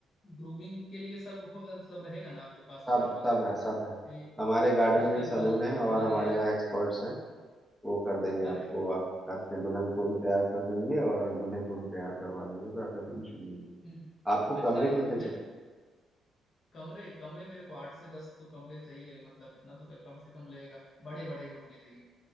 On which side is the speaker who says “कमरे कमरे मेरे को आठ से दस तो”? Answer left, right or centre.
Left